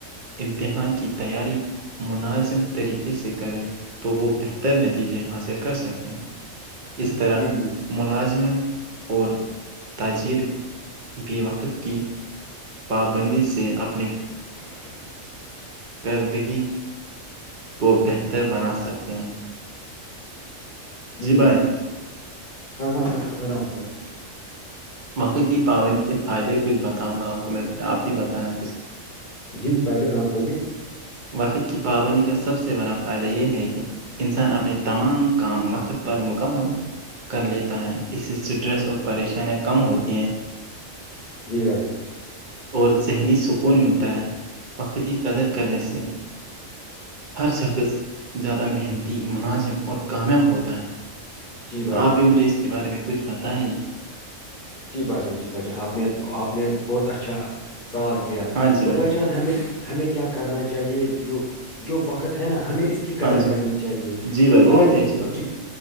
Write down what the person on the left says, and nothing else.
جی جی جی
<inaudible>
باشا
ہاں ہاں ہاں ررام
جی جی بھائی جان ہاں بولیے
جی بھائیٹان
جی بھائی
جان
جی بھاشان جی بھاشان آپ نے آپ نے بہت اچھا سوال کیا
تو بھائی جان ہمیں ہمیں کیا کرنا چاہیے جو جو وقت ہے نا ہمیں اس کی
قدر
کرنی چاہیے
فار
جی